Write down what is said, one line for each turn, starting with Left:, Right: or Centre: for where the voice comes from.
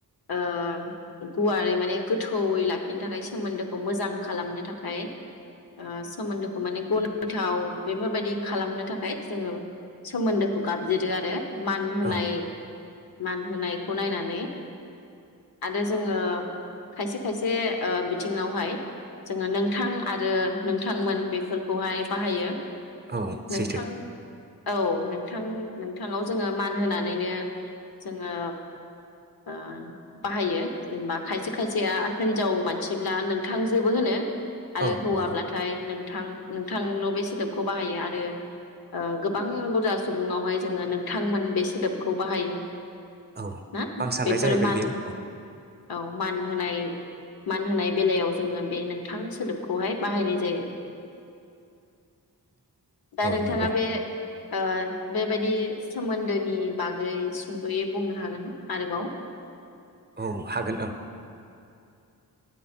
Left: ओ गुवारै माने गोथौयै लाखिनो थाखाय सोमोन्दोखौ मोजां खालामनो थाखाय ओ सोमोन्दोखौ माने ग गोथाव बेफोरबायदि खालामनो थाखाय जोङो सोमोन्दोखौ गाबज्रियो आरो मान होनाय
Right: औ
Left: मान होनायखौ नायनानै आरो जोङो खायसे खायसे ओ बिथिङावहाय जोङो नोंथां आरो नोंथांमोन बेफोरखौहाय बाहायो
Right: औ
Left: नोंथां
Right: सैथो
Left: औ नोंथां नोंथाङाव जोङो मान होनानैनो जोङो ओ बाहायो जेनेबा खायसे खायसेया हिनजाव मानसिब्ला नोंथांजोबो होनो आरो
Right: औ
Left: हौवाब्लाथाय
Right: नंगौ
Left: नोंथां नोंथांल' बे सोदोबखौ बाहायो आरो ओ गोबां बुरजा सुबुङावहाय जोङो नोंथांमोन बे सोदोबखौ बाहायो
Right: औ
Left: ना
Right: आं साननाय
Left: बेफोर
Right: जाहैबाय
Left: मान
Right: बेयो औ
Left: औ मान होनाय मान होनाय बेलायाव जोङो बे नोंथां सोदोबखौहाय बाहायनाय जायो। दा
Right: औ
Left: नोंथाङा
Right: नंगौ
Left: बे ओ बेबायदि सोमोन्दोनि बागै सुंद'यै बुंनो हागोन आरोबाव
Right: औ हागोन ओं